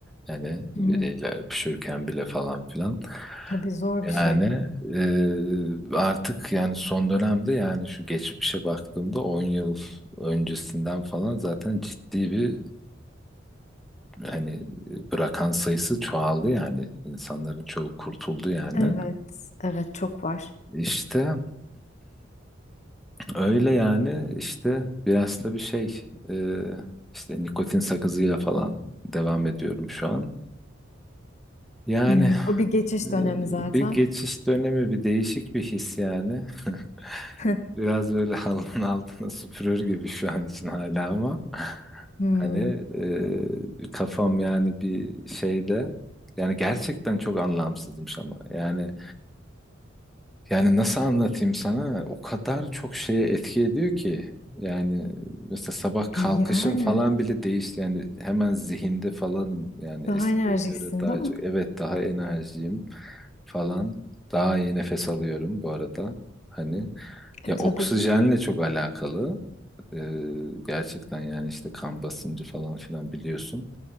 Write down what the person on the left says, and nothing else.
Hı
hı.
Tabii zor bir
şey.
Evet, evet çok var.
Hmm, o bir geçiş
dönemi zaten.
<laughs>
Hmm,
e yani
daha
enerjiksin
değil mi?
E
tabii.